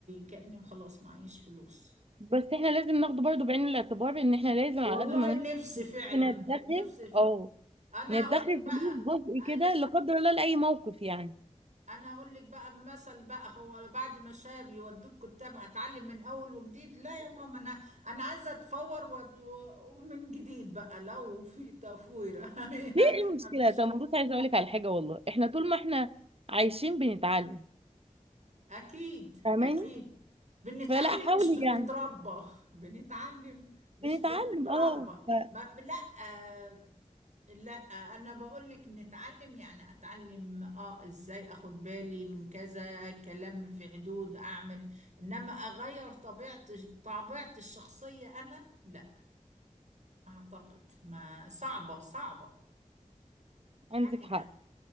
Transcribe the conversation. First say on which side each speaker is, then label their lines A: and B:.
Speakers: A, on the right; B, on the right.
A: كأني خلاص معيش فلوس
B: بس احنا لازم ناخده برضو بعين الاعتبار ان احنا لازم
A: والله
B: على قد ما
A: نفسي فعلا
B: نعرف ندخر
A: نفسي ف...
B: اه
A: انا
B: ندخر
A: اقول لك بقى
B: فلوس جزء
A: قال-
B: كده لا قدر الله لاي موقف يعني
A: انا اقول لك بقى مثل بقى هو بعد ما شاب يودوك كتاب هتعلم من اول وجديد لا يا ماما انا انا عايزه اتفور و... و... ومن جديد بقى لو في تفوير <laughs>
B: ليه ايه
A: اكيد
B: المشكله
A: ما فيش
B: طب
A: قوة.
B: بص عايزه اقول لك على حاجه والله احنا طول ما احنا عايشين بنتعلم
A: اكيد
B: فاهماني
A: اكيد بنتعلم
B: فلا حاولي
A: مش بنتربى
B: يعني
A: بنتعلم مش
B: بنتعلم
A: بنتربى
B: اه ف-
A: ما... لا آه، لا انا بقول لك نتعلم يعني اتعلم اه ازاي اخد بالي من كذا كلام في حدود اعمل انما اغير طبيعة طبيعة الشخصية انا لا اعتقد ما صعبة صعبة حاجة
B: عندك حق